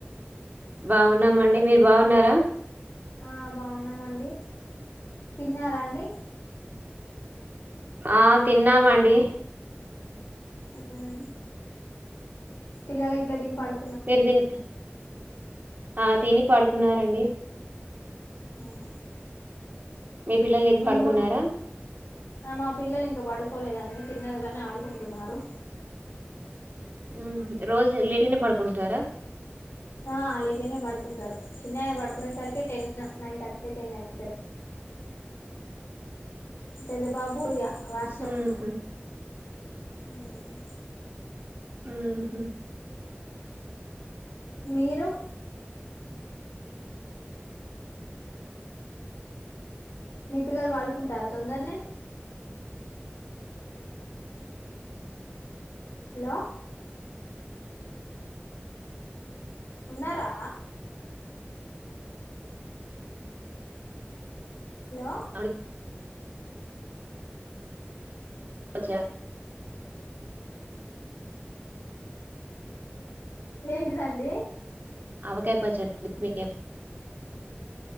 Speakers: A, on the right; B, on the left.
A: బాగున్నామండి, మీరు బాగున్నారా?
B: ఆ బాగున్నామండి. తిన్నారా అండి?
A: ఆ తిన్నామండి.
B: ఉమ్, పిల్లలు గిట్ల తిని పాడుక్
A: మీరు తిన్ ఆ తిని పడుకున్నారండి.
B: హ్మ్
A: మీ పిల్లలు తిని
B: మేము
A: పడుకున్నారా
B: గుడ్ ఆ మా పిల్లలు ఇంక పడుకోలేదు అండి తిన్నరు గనీ ఆడుకుంటున్నారు.
A: మ్మ్. రోజు లేట్ గనె పడుకుంటారా?
B: ఆ లేట్గానే పడుకుంటరు చిన్నయనా పడుకునే సరికి టెన్ నైన్ థర్టీ టెన్ అయితది పెద్ద బాబు ఇగ వాని ఇష్టం.
A: మ్మ్.
B: ఉమ్
A: ఉ హు
B: మీరు? మీ పిల్లలు పడుకుంటారా తొందర్నే? హలో ఉన్నారా? హలో
A: ఆవకాయ అచ్చా
B: ఏంటిదండి?
A: అవకాపయవచ్చడి, మీకేమన్